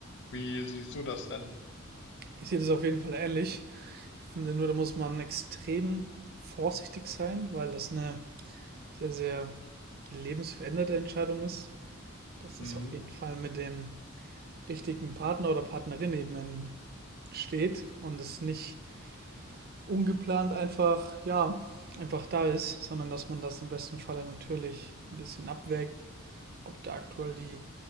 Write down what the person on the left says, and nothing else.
Wie siehst du das denn?
Mhm.